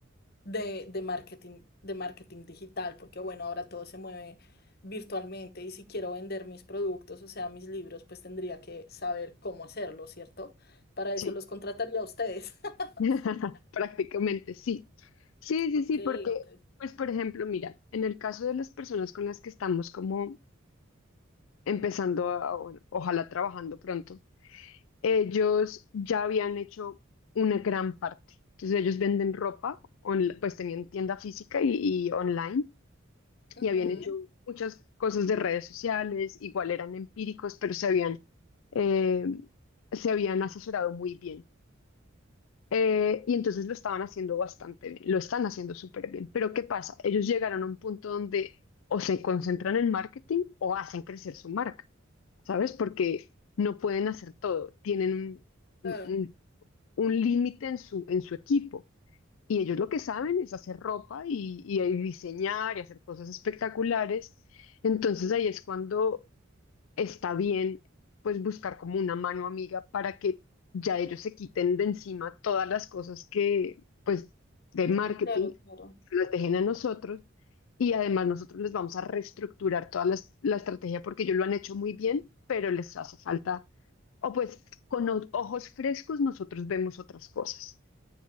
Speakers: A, on the left; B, on the left.
A: de, de marketing, de marketing digital, porque bueno, ahora todo se mueve virtualmente y si quiero vender mis productos, o sea, mis libros, pues tendría que saber cómo hacerlo, ¿cierto? Para
B: Sí,
A: eso los contrataría a ustedes. <laughs>
B: <laughs> prácticamente sí. Sí, sí,
A: Ok,
B: sí, porque,
A: ok.
B: pues, por ejemplo, mira, en el caso de las personas con las que estamos como empezando a, bueno, ojalá trabajando pronto ellos ya habían hecho una gran parte. Entonces ellos venden ropa, onl- pues tenían tienda física y, y online
A: Ujú,
B: y habían hecho muchas cosas de redes sociales, igual eran empíricos, pero se habían, eh, se habían asesorado muy bien. Eh, y entonces lo estaban haciendo bastante bien, lo están haciendo súper bien. Pero ¿qué pasa? Ellos llegaron a un punto donde o se concentran en marketing o hacen crecer su marca, ¿sabes? Porque no pueden hacer todo, tienen
A: claro,
B: un- un- un límite en su, en su equipo. Y ellos lo que saben es hacer ropa y, y ahí diseñar y hacer cosas espectaculares. Entonces ahí es cuando está bien, pues buscar como una mano amiga para que ya ellos se quiten de encima todas las cosas que, pues, de marketing,
A: claro, claro.
B: las dejen a nosotros. Y además nosotros les vamos a reestructurar toda la, es- la estrategia porque ellos lo han hecho muy bien, pero les hace falta, o pues con o- ojos frescos nosotros vemos otras cosas.